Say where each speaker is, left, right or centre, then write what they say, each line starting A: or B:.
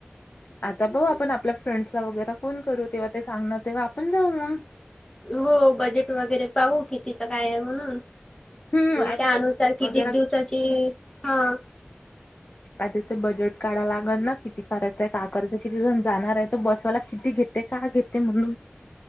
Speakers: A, on the left; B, on the left.
A: आता पाऊ आपण, आपल्या फ्रेंड्सला वगैरे फोन करू. तेव्हा ते सांगणार, तेव्हा आपण जाऊ मग.
B: हो, बजेट वगैरे पाहू. कितीचं, काय आहे म्हणून?
A: हम्म आधी
B: त्यानुसार
A: ते
B: कितीक,
A: वगैरे
B: दिवसाची? हा.
A: आधी ते बजेट काढा लागल ना? किती करायचंय? का कराचंय? किती जण जाणार आहे? तो बसवाला किती घेते? काय, घेते म्हणून?